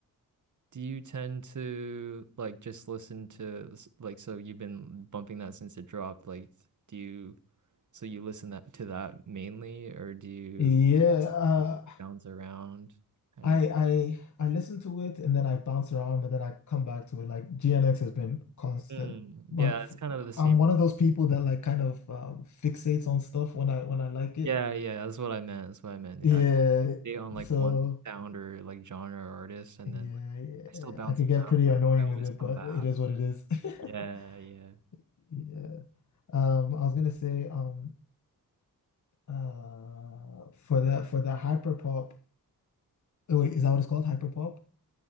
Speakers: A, on the right; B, on the left.
A: <laughs> Do you tend to like just listen to s- like so you've been bumping that since it dropped, like do you so you listen that to that mainly or do you
B: Yeah, uh,
A: just like, bounce around kind
B: I
A: of
B: I I listen to it and then I bounce around, but then I come back to it. Like GNX has been constant,
A: Mm,
B: but
A: yeah,
B: f
A: it's kind of the same
B: I'm one of those people that like kind of um, fixates on stuff when I when I like it.
A: Yeah, yeah, that's what I meant. That's what I meant. Yeah,
B: Yeah,
A: I kinda stay on like
B: so
A: one sound or like genre or artist, and
B: yeah,
A: then like
B: yeah,
A: I still bounce
B: I could
A: around.
B: get pretty annoying
A: I always
B: with it,
A: come
B: but
A: back.
B: it is what it is. <laughs>
A: Yeah, yeah.
B: Yeah. Um, I was gonna say um uh for the for the hyperpop. Oh wait, is that what it's called? Hyperpop?